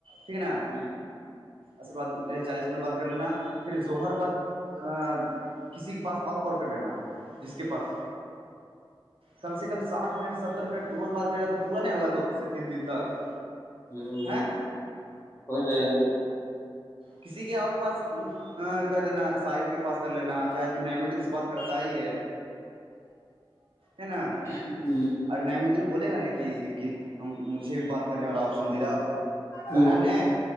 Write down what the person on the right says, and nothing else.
ٹھیک ہے نا
اص بعد میرے چالیس منٹ بعد کر لینا پھر ظہر بد کسی کے پاس اور کال کر لینا جس کے پاس کم سے کم سٹھ منٹ ستر منٹ روز بات کرے گا تو پا نہیں ہوگا دو سے تین دن تک
ہیں
کسی کے اور پاس کر لینا شاہد کے پاس کر لینا چاہے تو نمدن سے بات کرتا ہی ہے ہے نا
اور نعیم الدین بولے گا نا کہ کہ ہم مجھے بھی بات کرنے والا آپشن دلا تو کہنا
نے